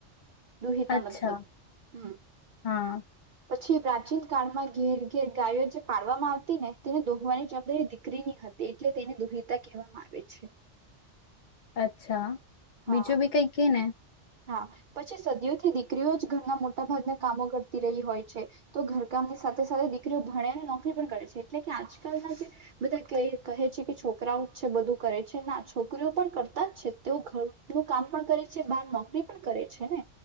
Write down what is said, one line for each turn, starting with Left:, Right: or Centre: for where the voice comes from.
Right: દુહતા
Left: અચ્છા
Right: મતલબ હમ
Left: હા
Right: પછી પ્રાચીન કાળમાં ઘેર ઘેર ગાયો જે પાડવામાં આવતી ને તેને દોહવાની જવાબદારી દીકરીની હતી એટલે તેને દુહતા કહેવામાં આવે છે
Left: અચ્છા બીજું
Right: હા
Left: બી કઈ કે ને
Right: હા પછી સદીઓથી દીકરીઓ જ ઘરના મોટા ભાગના કામો કરતી રહી હોય છે તો ઘરકામની સાથે સાથે દીકરીઓ ભણેને નોકરી પણ કરે છે એટલે કે આજકાલના જે બધા કહે છે કે છોકરાઓ જ છે બધું કરે છે ના છોકરીઓ પણ કરતા જ છે તેઓ ઘરનું કામ પણ કરે છે બહાર નોક નોકરી પણ કરે છે ને